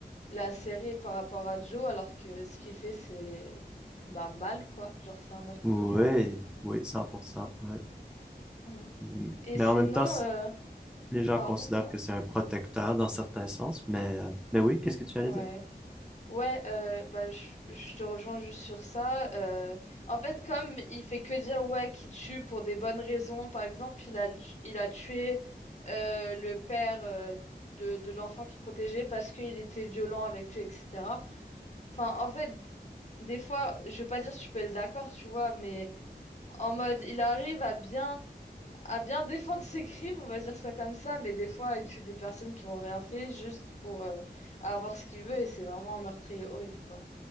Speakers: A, on the left (about 45°); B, in the centre.
A: la série par rapport à Joe, alors que ce qu'il fait, c'est bah, mal, quoi. Genre, c'est un meurtrier.
B: Oui, oui, 100%, ouais.
A: Mm.
B: Mm.
A: Et
B: Mais
A: sinon,
B: en même temps, c-
A: euh,
B: les gens
A: pardon,
B: considèrent
A: non?
B: que c'est un protecteur dans certains sens. Mais, euh, mais oui, qu'est-ce que tu allais
A: Ouais.
B: dire?
A: Ouais, euh, bah, je, je te rejoins juste sur ça. Euh, en fait, comme il fait que dire ouais qu'il tue pour des bonnes raisons, par exemple, il a, le- il a tué euh, le père euh, de, de l'enfant qu'il protégeait parce qu'il était violent avec lui, etc. Enfin, en fait, des fois, je veux pas dire que je peux être d'accord, tu vois, mais En mode, il arrive à bien, à bien défendre ses crimes, on va dire ça comme ça, mais des fois, il tue des personnes qui n'ont rien fait juste pour euh, avoir ce qu'il veut et c'est vraiment un meurtrier horrible, quoi.